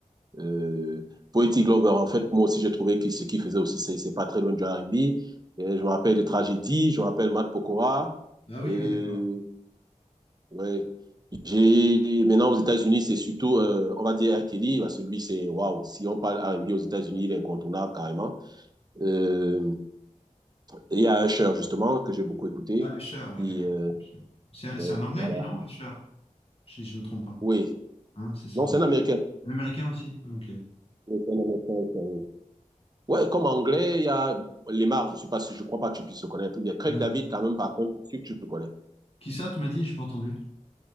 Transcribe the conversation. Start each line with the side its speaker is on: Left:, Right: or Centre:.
Right: euh, Poetic Glover. En fait, moi aussi, j'ai trouvé que ce qu'il faisait aussi, c'est c'est pas très loin du R&B. Et Je me rappelle de Tragédie, je me rappelle Matt Pokora.
Left: Ah oui,
Right: Euh,
Left: oui, d'accord.
Right: ouais. J'ai, maintenant, aux États-Unis, c'est surtout, euh, on va dire R. Kelly, parce que lui, c'est, waouh, si on parle R&B aux États-Unis, il est incontournable carrément. Euh, et il y a Usher, justement, que j'ai beaucoup écouté.
Left: Ah, Usher, ouais,
Right: Et,
Left: d'accord.
Right: euh,
Left: Usher. C'est un,
Right: ouais,
Left: c'est un anglais,
Right: voilà.
Left: lui, non? Usher, si je me trompe pas.
Right: Oui.
Left: Hein, c'est ça,
Right: Non, c'est
Left: ouais.
Right: un Américain.
Left: Un américain aussi? Ouais, Ok.
Right: Oui, c'est un Américain, oui, oui. Ouais, comme anglais, il y a Lemar, je ne suis pas sûr, je crois pas que tu puisses le connaître. Il y a Craig
Left: Non.
Right: David quand même, par contre, je suis sûr que tu le connais.
Left: Qui ça, tu m'as dit? J'ai pas entendu.